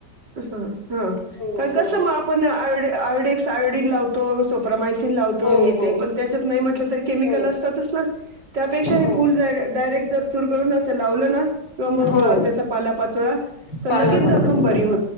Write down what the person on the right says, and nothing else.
हा हा,
कारण
कस म आपणय आयो आयडेक्स आयोडीन लावतो <unintelligible> लावतो
हे
ते पण त्याच्यात नाही म्हटलं तर केमिकल
असतंच त्यापेक्षा हे
फुल डायरेक्ट जर चुरगळून अस लावलं ना, किंवा मग
त्याचा पालापाचोळा, तर
लगेच जखम बरी हो